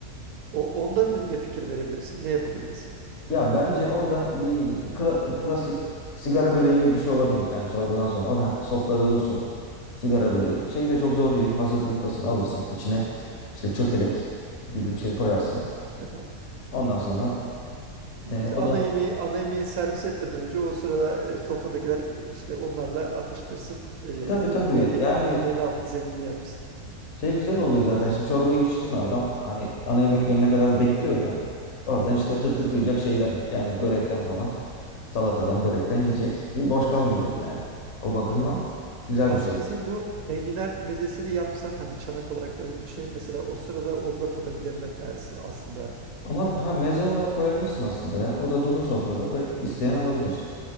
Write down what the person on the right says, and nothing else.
o ondan ne ne fikir verebilirsin? Ne yapabiliriz?
<laughs>
Biz
ana
yemeği ana yemeği servis etmeden önce o sırada e, sofradakiler işte onlarla atıştırsın. E,
mide,
midenin altı zeminli yapsın.
Hı
hı.
Ha.
Aslında
bizim bu enginar mezesini yapsam hani çanak olarak da dediğim şey mesela o sırada onu da tadabilirler Ersin aslında.